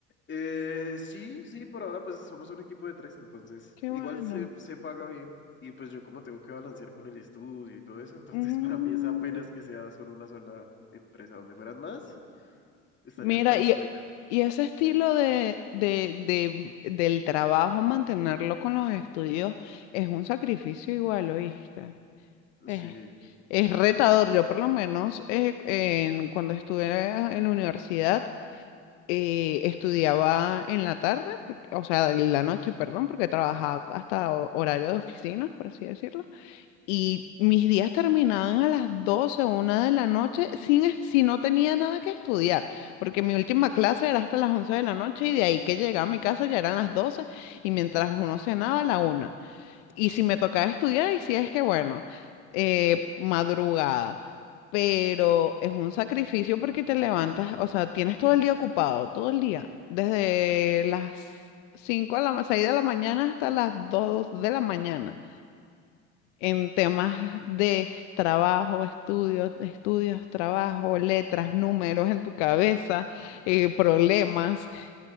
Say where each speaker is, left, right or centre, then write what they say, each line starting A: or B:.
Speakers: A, on the left (about 30°); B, on the left (about 75°).
A: eh, sí, sí, por ahora pues somos un equipo de tres, entonces
B: Qué
A: igual
B: bueno.
A: se, se paga bien. Y pues yo como tengo que balancear con el estudio y todo eso, entonces
B: Mm,
A: <laughs> para mí es apenas que sea solo una sola empresa. Donde fueran más, estaría
B: mira,
A: hasta el
B: y,
A: cuello.
B: y ese estilo de, de, de- del trabajo, mantenerlo con los estudios, es un sacrificio igual, ¿oíste? Es,
A: Sí,
B: es retador. Yo por lo menos eh, en- cuando estuve en la universidad, eh, estudiaba en la tarde, porque- o sea, en la noche, perdón, porque trabajaba hasta ho- horario de oficinas, por así decirlo. Y mis días terminaban a las 12 o 1 de la noche sin, es- si no tenía nada que estudiar, porque mi última clase era hasta las 11 de la noche y de ahí que llegaba a mi casa ya eran las 12 y mientras uno cenaba, la una y si me tocaba estudiar, y si es que bueno, eh, madrugada. Pero es un sacrificio porque te levantas, o sea, tienes todo el día ocupado, todo el día. Desde las 5 a la 6 de la mañana hasta las 2 de la mañana. En temas de trabajo, estudios, estudios, trabajo, letras, números en tu cabeza, eh, problemas.